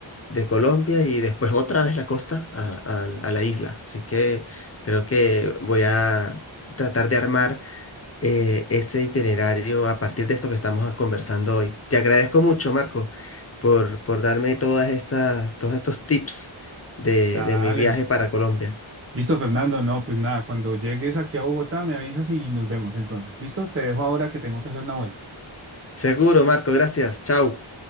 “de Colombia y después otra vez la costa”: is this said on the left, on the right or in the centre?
Left